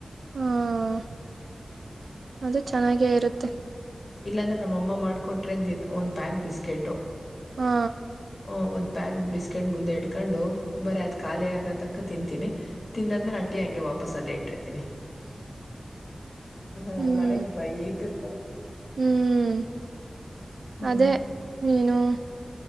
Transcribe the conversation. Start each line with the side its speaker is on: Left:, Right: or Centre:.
Right: ಹ್ಮ ಅದು ಚೆನ್ನಾಗೇ ಇರುತ್ತೆ
Left: ಇಲ್ಲಾಂದ್ರೆ ನಮ್ಮಅಮ್ಮ ಮಾಡ್ಕೊಟ್ರೆ ದ ಒಂದ್ ಪ್ಯಾಕ್ ಬಿಸ್ಕೆಟು
Right: ಹ್ಮ
Left: ಹ ಒಂದು ಪ್ಯಾಕ್ ಬಿಸ್ಕೆಟ್ ಮುಂದೆ ಇಡ್ಕೊಂಡು ಬರೀ ಅದು ಖಾಲಿ ಆಗ ತನಕ ತಿಂತೀನಿ ತಿಂದಾದ್ಮೇಲೆ ಅಟ್ಟಿ ಹಂಗೆ ವಾಪಸ್ ಅಲ್ಲಿ ಇಟ್ಟಿರ್ತೀನಿ ನ
Right: ಹ್ಮ್
Left: ಮನೆಗ್ ಬೈತಿ ಇರ್ತಾರೆ
Right: ಹ್ಮ್
Left: ಹ್ಮ್
Right: ಅದೇ ನೀನು